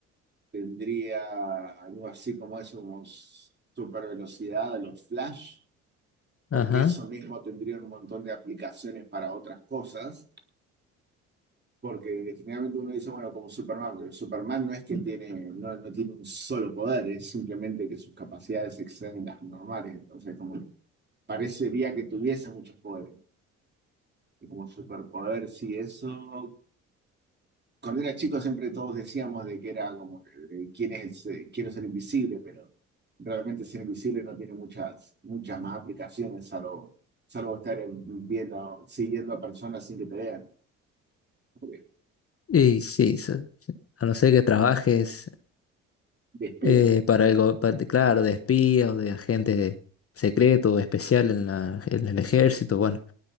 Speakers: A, on the right; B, on the left.
A: ¿Tendría algo así como eso, como super velocidad a los Flash? Porque
B: Ajá.
A: eso mismo tendría un montón de aplicaciones para otras cosas. Porque generalmente uno dice, bueno, como Superman, pero Superman no es que tiene, no, no tiene un solo poder, es simplemente que sus capacidades exceden las normales. Entonces, como que parecería que tuviese muchos poderes. Y como superpoder, sí, eso. cuando era chico siempre todos decíamos de que era como, eh, ¿quién es? eh, quiero ser invisible, pero realmente ser invisible no tiene muchas, muchas más aplicaciones, salvo, salvo estar en- viendo, siguiendo a personas sin que te vean, porque
B: Y sí, se- a no ser que trabajes
A: de espía,
B: eh, para algo, pa- de- claro, de espía o de agente secreto o especial en la- en el ejército, bueno,